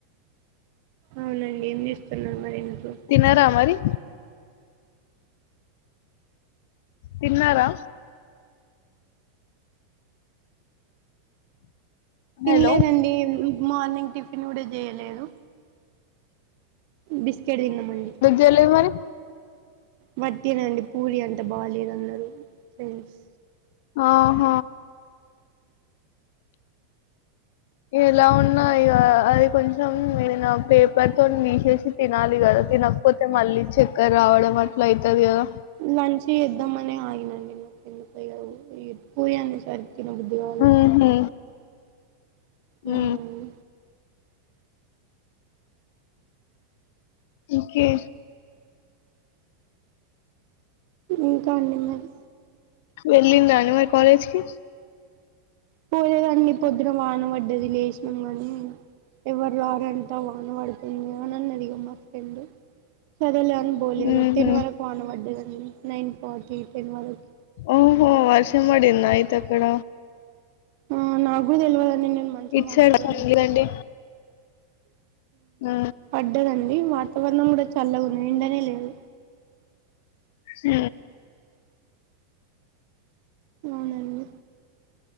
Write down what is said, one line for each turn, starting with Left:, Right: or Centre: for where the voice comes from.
Right: అవునండి ఏం చేస్తున్నారు మరి ఇంట్లో
Left: తిన్నారా మరి తిన్నారా
Right: తినలేదండి
Left: హలో
Right: మార్నింగ్ టిఫ్ తిన్ కూడా చేయలేదు బిస్కెట్ తిన్నామండి
Left: చెలేది మరి
Right: వటెనండి పూరి అంత బాలేదన్నారు ఫ్రెండ్స్
Left: ఆహ ఎలా ఉన్నా ఇక అది కొంచం ఏనా పేపర్ తోనీ తీసేసి తినాలి కదా తినకపోతే మళ్ళీ చక్కర రావడం అట్ల అవుతుంది కదా
Right: లంచ్ ఎద్దమనే ఆగిన నిన కింద పొయి ఇగ పురి అనేసరి. తినబుద్ది కాదు
Left: ఊహూ ఊ
Right: అవునండి
Left: ఇంకే.
Right: ఇంకా అండి మరి
Left: వెళ్లిండ్రా అండి మరి కలేజ్కి.
Right: పోయేదన్ని పొద్దున వాన పడ్డది లేచినాం గానీ ఎవరు రారంతా వాన పడుతుంది అననదిగా మా ఫ్రెండ్ సరే లే అని ఇగ భోలే
Left: హుహు.
Right: ఇగ టెన్ వరకు వాన వడ్డదండి నైన్ ఫార్టీ టెన్ వరకు
Left: ఓహో వర్షం పడింద ఆయిత అక్కడ
Right: ఆ నాకు కూడా తెలియదండి నేను మంచిగా
Left: ఇటు
Right: వనుకోను
Left: సైడ్ వర్షం
Right: ఉన్నాను
Left: లేదండి. ఆ
Right: ఉండదండి వాతావరణం కూడా చల్గా ఉండనే లేదు
Left: ఊ
Right: అవునండి